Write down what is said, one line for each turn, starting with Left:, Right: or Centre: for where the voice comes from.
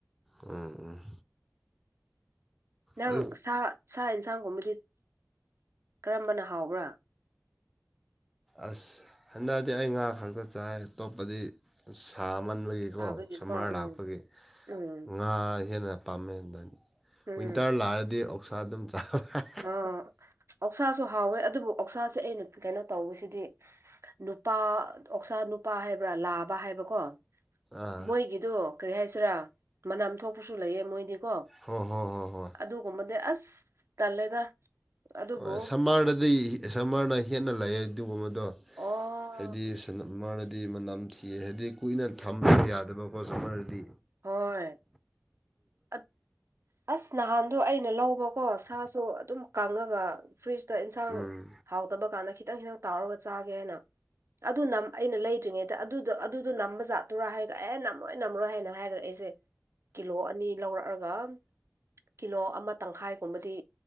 Centre: ꯎꯝ ꯎꯝ꯫
Right: ꯅꯪ
Centre: ꯑꯗꯨ
Right: ꯁꯥ ꯁꯥ ꯌꯦꯟꯁꯥꯡꯒꯨꯝꯕꯗꯤ ꯀꯔꯝꯕꯅ ꯍꯥꯎꯕ꯭ꯔꯥ꯫
Centre: ꯑꯁ ꯍꯟꯗꯛꯗꯤ ꯑꯩ ꯉꯥ ꯈꯛꯇ ꯆꯥꯏ ꯑꯇꯣꯞꯄꯗꯤ ꯁꯥ ꯃꯟꯕꯒꯤ ꯀꯣ
Right: ꯍꯥꯕꯒꯤꯀꯣ
Centre: ꯁꯝꯃꯥꯔ
Right: ꯎꯝ
Centre: ꯂꯥꯛꯄꯒꯤ
Right: ꯎꯝ
Centre: ꯉꯥ ꯍꯦꯟꯅ ꯄꯥꯝꯃꯦ ꯑꯗꯥꯟ
Right: ꯎꯝ
Centre: ꯋꯤꯟꯇꯔ ꯂꯥꯛꯔꯗꯤ ꯑꯣꯛꯁꯥ ꯑꯗꯨꯝ ꯆꯥꯕ <unintelligible>
Right: ꯑ ꯑꯣꯛꯁꯥꯁꯨ ꯍꯥꯎꯋ‌ꯦ ꯑꯗꯨꯕꯨ ꯑꯣꯛꯁꯥꯁꯦ ꯑꯩꯅ ꯀꯩꯅꯣ ꯇꯧꯕꯁꯤꯗꯤ ꯅꯨꯄꯥ ꯑꯣꯛꯁꯥ ꯅꯨꯄꯥ ꯍꯥꯏꯕ꯭ꯔꯥ ꯂꯥꯕ ꯍꯥꯏꯕꯀꯣ꯫
Centre: ꯑꯥ
Right: ꯃꯣꯏꯒꯤꯗꯤ ꯀꯔꯤ ꯍꯥꯏꯁꯤꯔꯥ ꯃꯅꯝ ꯊꯣꯛꯄꯁꯨ ꯂꯩꯌꯦ ꯃꯣꯏꯗꯤꯀꯣ
Centre: ꯍꯣ ꯍꯣ ꯍꯣꯏ ꯍꯣꯏ
Right: ꯑꯗꯨꯒꯨꯝꯕꯗꯤ ꯑꯁ ꯇꯜꯂꯦꯗ ꯑꯗꯨꯕꯨ
Centre: ꯍꯣꯏ ꯁꯝꯃꯔꯗꯗꯤ ꯁꯝꯃꯔꯅ ꯍꯦꯟꯅ ꯂꯩꯌꯦ ꯑꯗꯨꯒꯨꯝꯕ꯫ ꯗꯣ
Right: ꯑꯣ
Centre: ꯍꯥꯏꯗꯤ ꯁꯟꯃꯔꯗꯗꯤ ꯃꯅꯝ ꯊꯤ ꯍꯥꯏꯗꯤ ꯀꯨꯏꯅ ꯊꯝꯕ ꯌꯥꯗꯕꯀꯣ ꯁꯃꯔꯗꯗꯤ
Right: ꯍꯣꯏ ꯑꯠ꯫ ꯑꯁ ꯅꯍꯥꯟꯗꯣ ꯑꯩꯅ ꯂꯧꯕꯀꯣ ꯁꯥꯁꯨ ꯑꯗꯨꯝ ꯀꯪꯉꯒ ꯐ꯭ꯔꯤꯖꯇ ꯌꯦꯟꯁꯥꯡ
Centre: ꯎꯝ
Right: ꯍꯥꯎꯇꯕ ꯀꯥꯟꯗ ꯈꯤꯇꯪ ꯈꯤꯇꯪ ꯇꯥꯎꯔꯒ ꯆꯥꯒꯦ ꯍꯥꯏꯅ ꯑꯗꯨ ꯅꯝ ꯑꯩꯅ ꯂꯩꯇ꯭ꯔꯤꯉꯩꯗ ꯑꯗꯨꯗ ꯑꯗꯨꯗꯣ ꯅꯝꯕ ꯖꯥꯠꯇꯨꯔꯥ ꯍꯥꯏꯔꯒ ꯑꯦ ꯅꯝꯃꯣꯏ ꯅꯝꯃꯔꯣꯏ ꯍꯥꯏꯅ ꯍꯥꯏꯔꯒ ꯑꯩꯁꯦ ꯀꯤꯂꯣ ꯑꯅꯤ ꯂꯧꯔꯛꯑꯒ ꯀꯤꯂꯣ ꯑꯃ ꯇꯪꯈꯥꯏꯒꯨꯝꯕꯗꯤ꯫